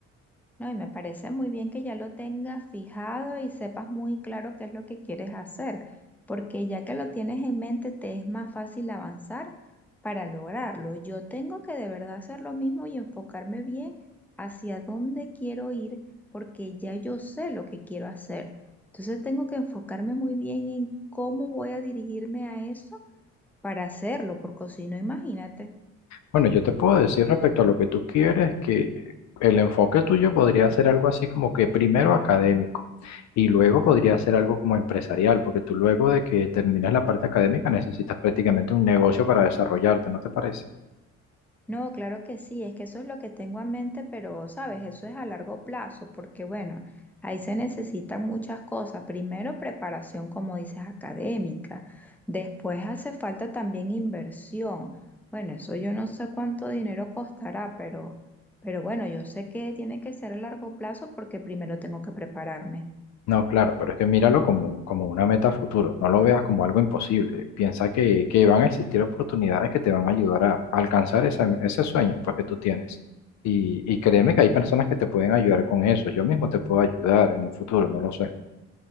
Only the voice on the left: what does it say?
Bueno, yo te puedo decir respecto a lo que tú quieres que el enfoque tuyo podría ser algo así como que primero académico y luego podría ser algo como empresarial, porque tú luego de que terminas la parte académica necesitas prácticamente un negocio para desarrollarte, ¿no te parece?
No, claro, pero es que míralo como, como una meta a futuro, no lo veas como algo imposible, piensa que, que van a existir oportunidades que te van a ayudar a alcanzar ese, ese sueño pues, que tú tienes. Y, y créeme que hay personas que te pueden ayudar con eso, yo mismo te puedo ayudar en un futuro, no lo sé.